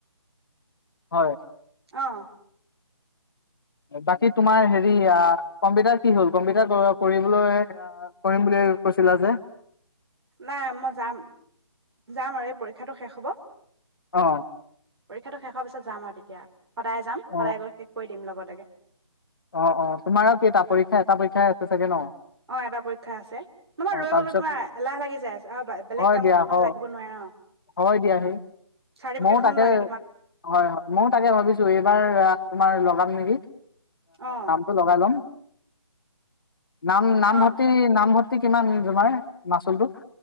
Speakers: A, on the left (about 45°); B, on the right (about 55°).
A: হয়
B: অ।
A: বাকী তোমাৰ হেৰি আহ কম্পিউটাৰ কি হ'ল কম্পিউটাৰ কৰিবলৈ কৰিম বুলি কৈছিলা যে
B: নাই মই যাম যাম আৰু এই পৰীক্ষাটো শেষ হ'ব।
A: অ
B: পৰীক্ষাটো শেষৰ পিছত যাম আৰু তেতিয়া। সদায় যাম সদায়
A: অ
B: গৈ শেষ কৰি। দিম লগতাগে
A: অ অ তোমাৰো কেইটা এটা পৰীক্ষা এটা পৰীক্ষাই আছে চাগে ন ।
B: অ এটা পৰীক্ষা আছে নমাৰ ৰৈ
A: তাৰপিছত
B: গলে তোমাৰ এলাহ লাগি যাই আ বেলেগ
A: হয়
B: কামতো
A: দিয়া
B: মানে
A: হ
B: লাগিব নোৱাৰে ন
A: হয় দিয়া সেই
B: চাৰটিপেকেট
A: ময়ো তাকে
B: লাগে তোমাক।
A: হয় হয় ময়ো তাকে ভাবিছো এইবাৰ আহ তোমাৰ লগাম নেকি।
B: অ
A: নামটো লগাইলম। নাম নামভৰ্তি
B: অ
A: নামভৰ্তি নামভৰ্তি কিমান তোমাৰ মাচুলটো